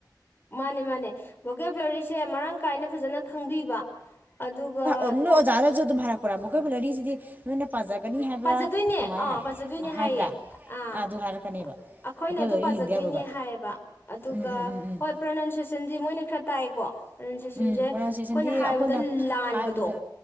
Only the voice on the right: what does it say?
ꯣꯏꯥ
ꯑꯗꯨꯝꯚꯔꯛ ꯄꯔꯥꯕꯣ ꯀꯣꯏꯂꯣꯔꯤꯁꯤꯗꯤ ꯅꯣꯏ ꯄꯥꯖꯒꯅꯤ ꯍꯥꯏꯕ꯭ꯔꯥ
ꯀꯃꯥꯏꯅ
ꯍꯥꯏ
ꯍꯥꯏꯕ꯭ꯔꯥ
ꯑꯗꯨ ꯍꯥꯏꯔꯛꯀꯅꯦꯕ
ꯕꯣꯀꯦꯕꯨꯂꯔꯤ
ꯂꯤꯡꯗ ꯌꯥꯔꯣꯏꯕ
ꯎꯝ ꯎꯝ ꯎꯝ ꯎꯝ
ꯎꯝ
ꯄ꯭ꯔꯣꯅꯥꯎꯟꯁꯤꯌꯦꯁꯟꯗꯤ
ꯑꯩꯈꯣꯏꯅ
ꯍꯥꯏꯕꯗ